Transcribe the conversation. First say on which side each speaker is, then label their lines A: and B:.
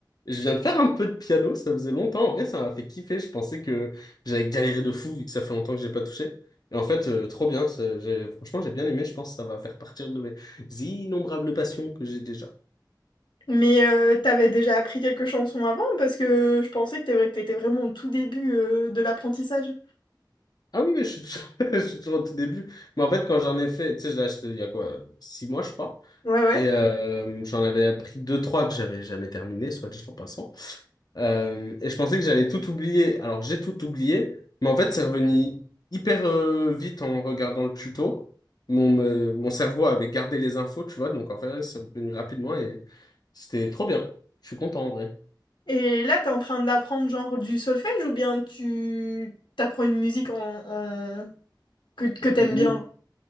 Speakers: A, on the left; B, on the left.
A: Je viens de faire un peu de piano, ça faisait longtemps. En vrai, ça m'a fait kiffer. Je pensais que j'allais galérer de fou vu que ça fait longtemps que j'ai pas touché. Et en fait, euh, trop bien. ça- j'ai- Franchement, j'ai bien aimé. Je pense que ça va faire partir de mes innombrables passions que j'ai déjà.
B: Mais euh, t'avais déjà appris quelques chansons avant parce que je pensais que t'étais t'étais vraiment au tout début euh, de l'apprentissage.
A: Ah oui, mais je suis toujours... <laughs> je suis toujours au tout début. Mais en fait, quand j'en ai fait, tu sais, je l'ai acheté il y a quoi, six mois, je crois.
B: Ouais, ouais.
A: Et euh, j'en avais appris deux, trois que j'avais jamais terminé, soit dit en passant. Euh, et je pensais que j'allais tout oublier. Alors j'ai tout oublié, mais en fait c'est revenu hyper euh, vite en regardant le tuto. Mon, me- mon cerveau avait gardé les infos, tu vois, donc en fait c'est revenu rapidement et c'était trop bien. Je suis content en vrai.
B: Et là, t'es en train d'apprendre genre du solfège ou bien tu t'apprends une musique en, en- que, que t'aimes
A: N-
B: bien. genre.